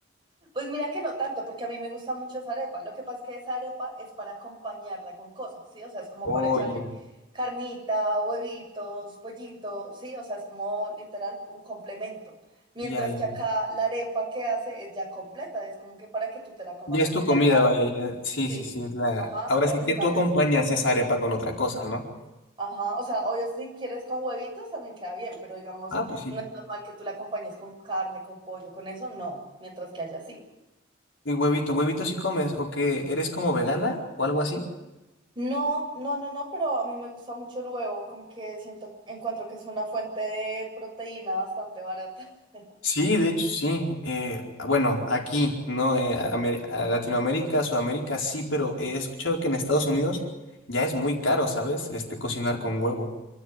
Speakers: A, on the right (about 25°); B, on the left (about 75°).
A: Pues mira que no tanto, porque a mí me gusta mucho esa arepa. Lo que pasa es que esa arepa es para acompañarla con cosas, ¿sí? O sea, es como
B: Oh,
A: para echarle
B: ya,
A: carnita, huevitos, pollito, ¿sí? O sea, es como literal un complemento. Mientras
B: ya, ya.
A: que acá la arepa que hace es ya completa, es como que para que tú te la comas
B: Ya
A: así
B: es tu
A: tal
B: comida,
A: cual,
B: vaya, ya. Sí,
A: sí,
B: sí, sí, es la.
A: ajá,
B: Ahora
A: con
B: sí
A: un
B: que
A: cafecito.
B: tú acompañas esa arepa con otra cosa, ¿no?
A: Ajá, o sea, obvio si quieres con huevitos también queda bien, pero digamos,
B: Ah, pues sí.
A: no es normal que tú la acompañes con carne, con pollo, con eso, no, mientras que haya así.
B: Y huevito, huevito si comes, o que eres como vegana o algo así.
A: No, no, no, no, pero a mí me gusta mucho el huevo, como que siento, encuentro que es una fuente de proteína bastante barata. <laughs>
B: Sí, de hecho, sí. Eh, ah, bueno, aquí, ¿no? Eh, a Amer- a Latinoamérica, Sudamérica, sí, pero he escuchado que en Estados Unidos ya es muy caro, ¿sabes? Este, cocinar con huevo.